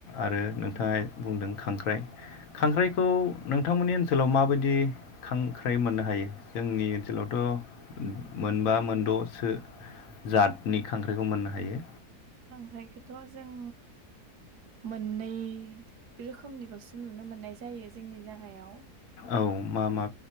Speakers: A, on the left; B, on the right.
A: आरो नोंथाङा
B: औ
A: बुंदों खांख्राइ खांख्राइखौ नोंथांमोननि ओनसोलाव माबायदि खांख्राइ मोननो हायो? जोंनि ओनसोलावथ' मोनबा मोनद'सो जातनि खांख्राइखौ मोननो हायो।
B: खांख्रायखौथ' जों मोननै रोख खोमनिल'सो नुनो मोननाय जायो जोंनि जागायाव।
A: औ मा मा